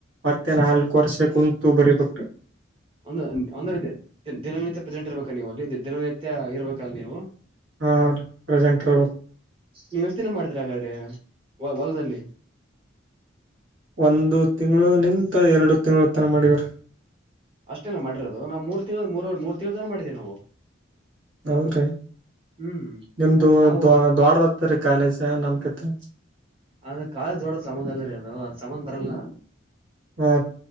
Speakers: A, on the right; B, on the right.
A: ಮತ್ತೆ ನಾಲ್ಕು ವರ್ಷ ಕುಂತು ಬರೀಬೇಕರಿ
B: ದ ಅಂದ್ರೆ ದಿನನಿತ್ಯ ಪ್ರೆಸೆಂಟ್ ಇರ್ಬೇಕ ನೀವು ಅಲ್ಲಿ ದಿನನಿತ್ಯ ಮತ್ಯ ಇರ್ಬೇಕಲ್ ನೀವು
A: ಹಾ ರೀ ಪ್ರೆಸೆಂಟ್ ಇರ್ಬೇಕ್
B: ನೀಸ್ನ ಮಾಡಿದ್ರ ಹಾಗಗಾದ್ರೆ ವ ಹೊಲದಲ್ಲಿ
A: ಒಂದು ತಿಂಗಳು ನಿಂತ ಎರಡು ತಿಂಗಳು ತನ ಮಾಡಿವ್ರ
B: ಅಷ್ಟೇನ ಮಾಡಿರೋದು ನಾವು ಮೂರು ತಿಂ ಮೂರ ಮೂರು ತಿಂಗಳುನ ಮಾಡಿದೀವಿ ನಾವು
A: ಹೌ ರೀ
B: ಹ್ಮ್
A: ನಿಮ್ದು
B: ನಾವು
A: ದ ದೊಡದ ಹತ್ತರಿ ಕಾಲೇಜ ನಮ್ ಕತೆ
B: ಅದ್ರ ಕಾಳಜ್ ದೋಡೋ ಸಮುದ ಎಲ್ಲರ ಅದು ಸಮನ್ ಬರಲ್ಲ
A: ಹಾ